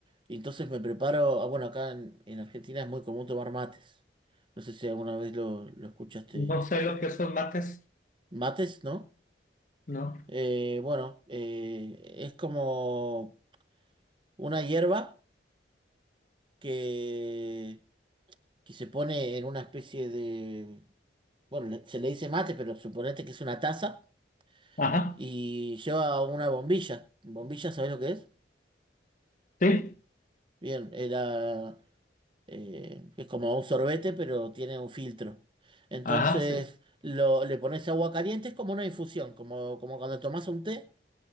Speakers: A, on the right; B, on the left.
A: Y entonces me preparo, ah, bueno, acá en, en Argentina es muy común tomar mates. No sé si alguna vez lo, lo escuchaste.
B: No sé lo que son mates,
A: Mates, ¿no?
B: ¿no?
A: Eh, bueno, eh, es como una hierba que, que se pone en una especie de... Bueno, le- se le dice mate, pero suponete que es una taza
B: Ajá.
A: y lleva una bombilla. ¿Bombilla, sabés lo que es?
B: Sí.
A: Bien, eh, la eh, que es como un sorbete, pero tiene un filtro. Entonces
B: Ajá, sí.
A: lo, le pones agua caliente, es como una infusión, como, como cuando tomas un té,